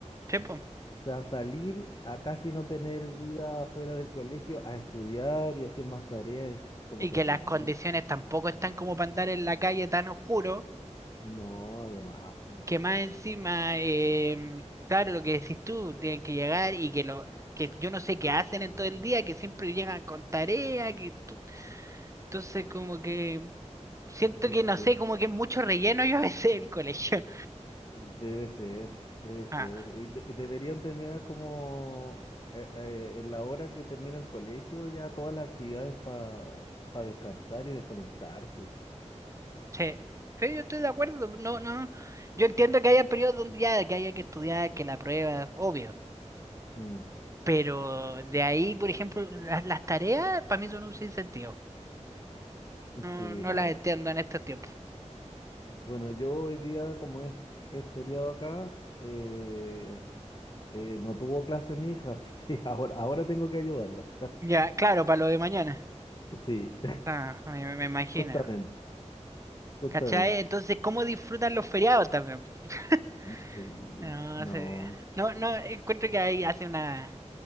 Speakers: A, on the right; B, on the left.
A: Tipo.
B: O sea, salir a casi no tener vida fuera del colegio, a estudiar y hacer más tareas es como
A: Y
B: terrible.
A: que las condiciones tampoco están como para andar en la calle tan oscuro,
B: No, además, pues,
A: que más encima, em, claro, lo que decís tú, tienen que llegar y que lo que yo no sé qué hacen en todo el día, que siempre llegan con tarea, que tú... Entonces como que siento
B: no
A: que
B: sé.
A: no sé, como que es mucho relleno yo a veces el colegio.
B: Debe ser, debe ser.
A: <laughs> Ah.
B: Y de- y deberían terminar como eh, eh, en la hora que termina el colegio, ya todas las actividades para descansar y desconectarse.
A: Sí, sí, yo estoy de acuerdo. No, no. Yo entiendo que haya periodos donde ya que haya que estudiar, que la prueba, obvio.
B: Mm,
A: Pero de ahí, por ejemplo, las, las tareas para mí son un sinsentido. No,
B: sí,
A: no
B: no.
A: las entiendo en estos tiempos.
B: Bueno, yo hoy día, como es, es feriado acá, eh, eh, no tuvo clase mi hija, así que <laughs> ahora, ahora tengo que ayudarla. <laughs>
A: Ya, claro, para lo de mañana.
B: Sí,
A: Ah, me, me- me imagino.
B: <laughs> justamente, justamente.
A: ¿Cachai? Entonces, ¿cómo disfrutan los feriados también? <laughs>
B: Sí,
A: No
B: no.
A: sé. No, no, encuentro que ahí hace una